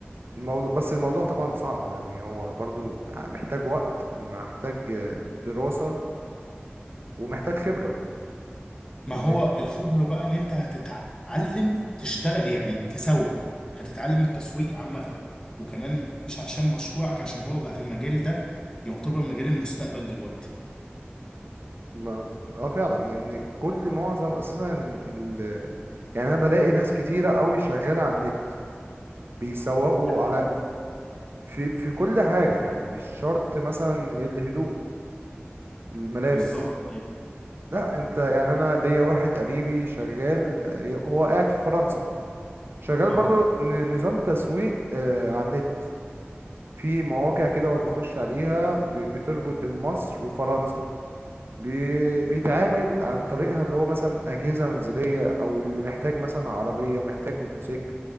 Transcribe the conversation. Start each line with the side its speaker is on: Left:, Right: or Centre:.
Right: الموضوع بس الموضوع طبعا صعب يعني هو برضو محتاج وقت ومحتاج دراسة ومحتاج خبرة
Left: ما
Right: ان
Left: هو الخبرة بقى ان انت هتتعلم تشتغل يعني تسوق هتتعلم التسويق عامة وكمان مش عشان مشروعك عشان هو بقى المجال ده يعتبر مجال المستقبل دلوقتي
Right: ما... اه فعلا ان كل معظم اساسا ال... يعني انا بلاقي ناس كتيرة قوي شغالة على النت بيسوقوا
Left: ده حقيقي
Right: على في في كل حاجة يعني مش شرط مثلا الهدوم الملابس
Left: بالظبط كده
Right: لا انت يعني انا ليا واحد قريبي شغال آه، هو قاعد في فرنسا شغال
Left: اه
Right: برضو ن- نظام تسويق آه، على النت في مواقع كده هو بيخش عليها ب- بتربط بين مصر وفرنسا بي- بيتعامل عن طريقها اللي هو مثلا أجهزة منزلية أو اللي محتاج مثلا عربية محتاج موتوسيكل